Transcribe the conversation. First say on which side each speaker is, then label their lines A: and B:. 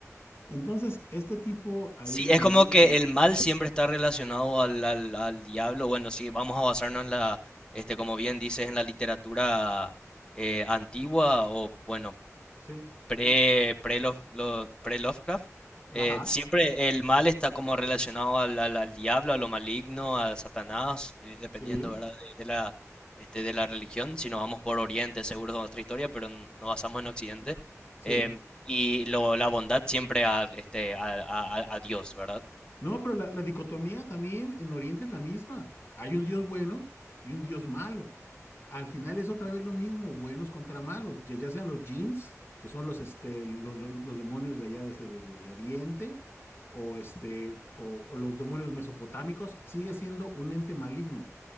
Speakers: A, on the left; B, on the left.
A: Entonces, este tipo ahí,
B: Sí, es como que el mal siempre está relacionado al, al, al diablo. Bueno, sí, vamos a basarnos en la, este, como bien dices, en la literatura eh, antigua o, bueno,
A: Sí,
B: pre, pre, Lof- lo- pre Lovecraft. eh,
A: ajá,
B: siempre el mal está como relacionado al, al, al diablo, a lo maligno, a Satanás, eh, dependiendo,
A: sí,
B: ¿verdad? De, de la, este, de la religión. Si nos vamos por Oriente, seguro es nuestra historia, pero n- nos basamos en Occidente.
A: sí.
B: Em, y lo, la bondad siempre a, este, a a- a- a Dios, ¿verdad?
A: No, pero la, la dicotomía también en Oriente es la misma. Hay un Dios bueno y un Dios malo. Al final es otra vez lo mismo, buenos contra malos, ya, ya sean los jinns, que son los, este, lo- lo- los demonios de allá de, este- de- de- de Oriente, o, este, o, o los demonios mesopotámicos, sigue siendo un ente maligno.